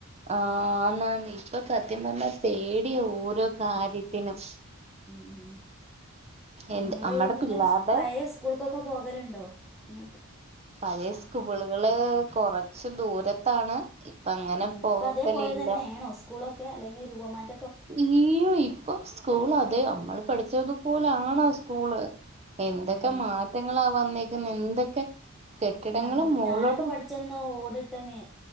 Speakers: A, on the right; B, in the centre.
A: ആഹ് ആന്നാന്ന് ഇപ്പൊ സത്യം പറഞ്ഞ പേടിയ ഓരോ കാര്യത്തിനും
B: ഉം
A: എന്ത്
B: നിങ്ങള്
A: നമ്മടെ
B: പിന്നെ
A: പിള്ളാരുടെ
B: പഴയ സ്കൂൾക്കൊക്കെ പോകലുണ്ടോ അങ്ങോട്ട്
A: പഴയ സ്കൂളുകള് കൊറച്ച് ദൂരത്താണ് ഇപ്പ അങ്ങനെ
B: ഉ
A: പോക്കലില്ല
B: ഇപ്പൊ അതേപോലെ തന്നെയണോ സ്കൂളൊക്കെ അല്ലെങ്കിൽ രൂപമാറ്റ
A: ഇയ്യോ ഇപ്പൊ സ്കൂൾ അതെ നമ്മള് പഠിച്ചതുപോലാണോ സ്കൂള്? എന്തൊക്കെ
B: ഉം
A: മാറ്റങ്ങളാ വന്നേക്കുന്നെ എന്തൊക്കെ കെട്ടിടങ്ങളും
B: ഞങ്ങൾ
A: മോളോട്ടും
B: ഞാനൊക്കെ ഓടിട്ട ന്നെ